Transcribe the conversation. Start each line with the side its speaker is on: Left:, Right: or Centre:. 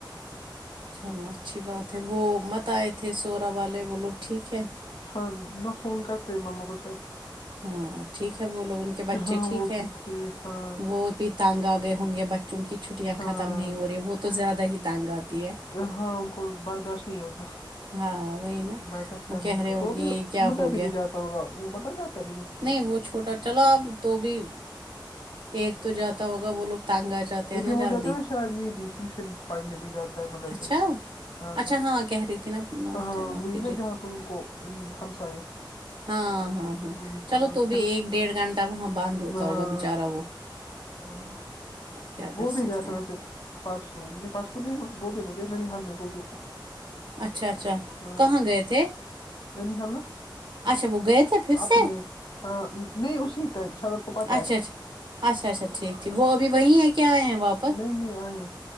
Right: چلو اچھی بات ہے وہ مت آئے تھے سورا والے وہ لوگ ٹھیک ہے
Left: ہاں نہ فون کرتے ہے مما کو شاید
Right: ہاں ٹھیک ہے وہ لوگ ان کے بچے
Left: ہاں
Right: ٹھیک
Left: وہ
Right: ہے
Left: بھی ٹھیک ہاں
Right: وہ بھی تانگ آ گئے ہوں گے بچوں کی چھٹیاں
Left: ہاں
Right: ختم نہیں ہو رہی وہ تو زیادہ ہی تانگ آتی ہے
Left: تو ہاں ان کو برداشت نہیں ہوتا
Right: ہاں وہی نا
Left: برداشت
Right: وہ
Left: کرنا
Right: کہہ
Left: ان
Right: رہے
Left: کو
Right: ہوں
Left: تو
Right: گی
Left: بھی
Right: کیا
Left: مدا
Right: ہو
Left: بھی
Right: گیا
Left: نہیں جاتا ہوگا وہ متا جاتا ہے بھی مذکر
Right: نہیں وہ چھوٹا چلو اپ تو بھی ایک تو جاتا ہوگا وہ لوگ تنگ آ جاتے
Left: لیکن
Right: ہیں جلدی
Left: وہ جاتا ہے نا شاید یہ بھی ٹیوشن پڑھنے بھی جاتا ہے مددھر
Right: اچھا
Left: ہاں
Right: اچھا کہہ رہی تھی نا لاسٹ
Left: ہاں
Right: ٹائم آپ
Left: وہی
Right: کی
Left: نا
Right: جی
Left: جہاں پہ ان کو ہمسائے
Right: ہاں ہاں ہاں
Left: انہیں
Right: چلو
Left: کے بعد
Right: تو بھی
Left: ہس
Right: ایک ڈیڑھ گھنٹہ وہاں بند ہوتا ہوگا
Left: ہاں
Right: بچارا وہ
Left: ہاں
Right: کیا کر
Left: وہ
Right: سکتے
Left: بھی گیا تھا
Right: ہیں
Left: ویسے پرسو نہیں پرسو نہیں بہت دن ہو گے ننی حال میں وہ بھی تھا
Right: اچھا اچھا
Left: ہاں
Right: کہاں گئے تھے
Left: ننیحال نا
Right: اچھا وہ گئے تھے پھر
Left: اپنے
Right: سے
Left: ہاں نہیں اسی ٹائم شاید اپ کو پتا
Right: اچھا
Left: ہے
Right: اچھا اچھا اچھا ٹھیک ٹھیک
Left: اچھا
Right: وہ ابھی وہی ہے کیا ائے ہیں وا
Left: نہیں نہیں ائے